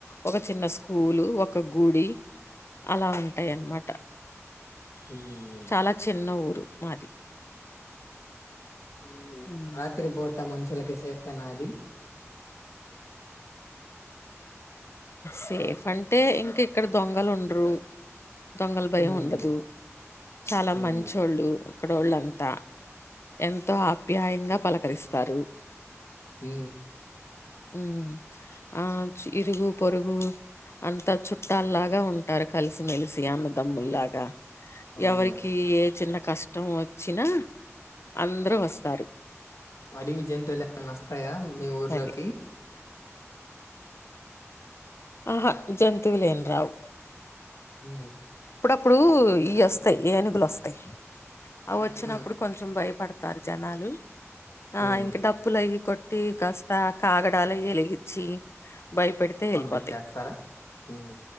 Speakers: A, on the left (about 55°); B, on the left (about 80°).
A: ఒక చిన్న స్కూ పూలు ఒక గుడి అలా ఉంటాయిన్నమాట
B: ఉమ్
A: చాలా చిన్న ఊరు మాది
B: ఉ
A: హ్మ్.
B: రాత్రి పూట మనుషులకి సేఫేనా అది
A: సేఫ్ అంటే ఇంక ఇక్కడ దొంగలు ఉండరు దొంగల భయం
B: ఉమ్
A: ఉండదు చాలా
B: ఉమ్
A: మంచోళ్ళు ఇక్కడోళ్ళంతా ఎంతో ఆప్యాయంగా పలకరిస్తారు
B: ఊ
A: ఉ ఆ చ్ ఇరుగు పొరుగు అంతా చుట్టాల్లాగా ఉంటారు కలిసిమెలిసి అన్నదమ్ముల్లాగా
B: అవును
A: ఎవరికీ ఏ చిన్న కష్టం వచ్చినా అందరూ వస్తారు
B: అడివి జయతువులేమన్న వస్తాయా మీ ఊర్లోకి
A: అది ఆహా జంతువులేం రావు
B: ఉ
A: ఇప్పుడూ ఇయ్యేస్తయి ఏనుగులొస్తయి అవి
B: ఉహు
A: వచ్చినప్పుడు
B: ఉమ్
A: కొంచెం భయపడ్ తారు జనాలు ఆ
B: ఉమ్.
A: ఇంకా డప్పులు అయ్యి కొట్ టీ కాస్త కాగడాల ఎలిగీచ్చి భయప తే ఎళ్ళిపోయి
B: పంపించేస్తారా ఉమ్